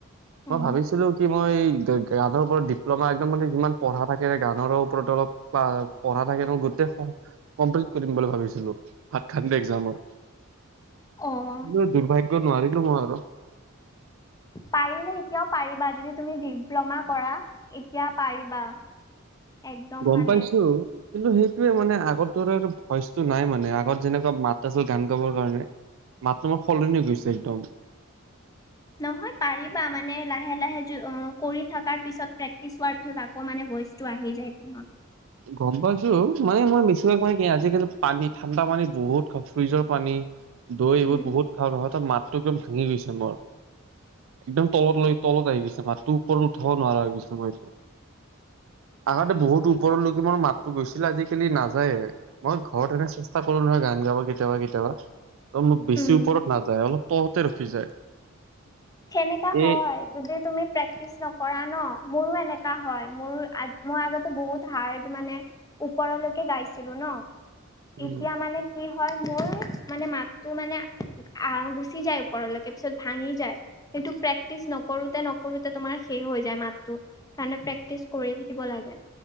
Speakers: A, on the left (about 20°); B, on the right (about 70°).
A: উম,
B: মই ভাবিছিলো কি মই <unintelligible> গানৰ ওপৰত ডিপ্ল'মা একদম মানে যিমান পঢ়া থাকে গানৰ ওপৰত অলপ প পঢ়া থাকে ন গুট <unintelligible> কমপ্লিট কৰিম বুলি ভাবিছিলো হাত খান্দি একজামত <unintelligible>
A: অ',
B: ক দুৰ্ভাগ্য নোৱাৰিলো মই আৰু
A: পাৰিলে এতিয়াও পাৰিবা যদি তুমি ডিপ্ল'মা কৰা এতিয়া পাৰিবা। <unintelligible> <inaudible>
B: গম
A: মানে
B: পাইছো। কিন্তু সেইটোৱে মানে আগত দৰে ভইচটো নাই মানে আগত যেনেকুৱা মাত আছিল গান গাবৰ কাৰণে <unintelligible> মাতটো মোৰ সলনি হৈ গৈছে একদম
A: নহয় পাৰিবা মানে লাহে লাহে অ কৰি থ পিছত প্ৰেক্টিচ হোৱাৰ পিছত আকৌ মানে <unintelligible> ভইচ টো আহি যায় প
B: গম পাইছো মানে মই মিছ ম কি আজিকালি পানী ঠাণ্ডা পানী বহুত ফ্ৰিজৰ পানী <unintelligible> দৈ
A: উম,
B: এইবোৰ বহুত খাওঁ। হঠাৎ মাতটো একদম ভাঙি গৈছে মোৰ। একদম তলত লৈ তলত আহি গৈছে মাতটো ওপৰত উঠাব নোৱাৰা হৈ গৈছো মই আগতে বহুতো ওপৰলৈকে মোৰ মাততো গৈছিলে আজিকালি নাযায়ে মই ঘৰত এনে চেষ্টা কৰোঁ নহয় গান গাব কেতিয়াবা কেতিয়াবা ধৰা, অ মো বেছি
A: উম।
B: ওপৰত নাযায় অলপ তলতে ৰখি যায়
A: সেনেকা হয়
B: এই
A: যদি তুমি প্ৰেক্টিচ নকৰা ন মোৰো এনেকা হয় মোৰো আ মই আগতে বহুত হাৰ্ড মানে ওপৰলৈকে গাইছিলো ন
B: উম
A: এতিয়া মানে কি হয় মোৰ মানে মাতটো মানে আহ গুচি যায় ওপৰলৈকে পিছত ভাঙি যায় সেইটো প্ৰেক্টিচ নকৰোতে নকৰোতে তোমাৰ সেই হৈ যায় মাতটো সেইকাৰণে প্ৰেক্টিচ কৰি থাকিব লাগে